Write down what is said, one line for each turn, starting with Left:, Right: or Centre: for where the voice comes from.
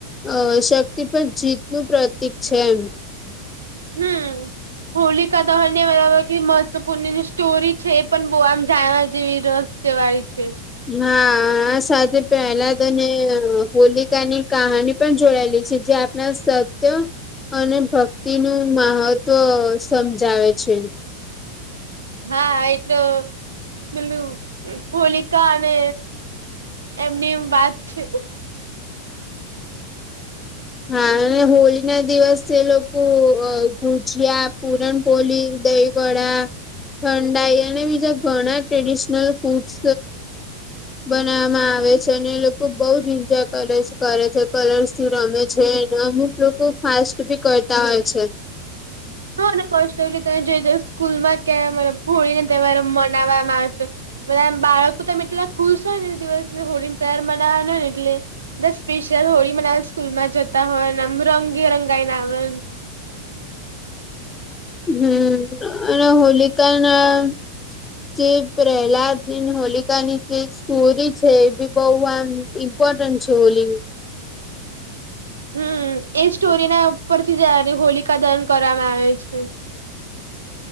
Left: અ શક્તિ પર જીતનું પ્રતિક છે એ <inaudible>
Right: હમ હોલિકા દહન ને મસ્ત પૂણની સ્ટોરી છે એ પણ બહુ આમ જાણવા જેવી રસ કેવાય છે.
Left: હા આ સાથે પેલા હોલિકા ની કહાની પણ જોડેલી છે જે ના સત્ય અને ભક્તિ નું મહત્વ સમજાવે છે.
Right: હા એટલે પેલું હોલિકા અને એમની એમ વાત છે
Left: હા અને હોળી ના દિવસે લોકો ગુજીયા પૂરણપોલી દહી વડા ઠંડાઈ અને બીજા ઘણા ટ્રેડિશનલ ફૂડસ બનાવવામાં આવે છે અને એ લોકો બહુ જ એન્જોય કલર્સ કરે છે કલર્સ થી રમે છેને અમુક લોકો ફાસ્ટ ભી કરતા હોય છે.
Right: હા અને ફાસ્ટ એ તમે જઈ સ્કૂલ માં ક્યાં મ ભણી ને તમારે મનાવમાં આવ બધા બાળકો તમે એટલા ખુશ હોય ને દિવસ હોળી નો તહેવાર માનાવાનો હોય ને એટલે સ્પેશિયલ હોળી મનાવા સ્કૂલ માં જતા હોય ને એમ રંગે રંગાઈને આવે
Left: હમ અને હોલિકા ના જે પ્રહલાદ ની ને હોલિકાની જે સ્ટોરી છે એ બી બહુ આમ ઇમ્પોર્ટન્ટ છે હોલી
Right: હમ એ સ્ટોરીના ઉપરથી જ્યારે હોલિકા દહન કરવામાં આવે છે.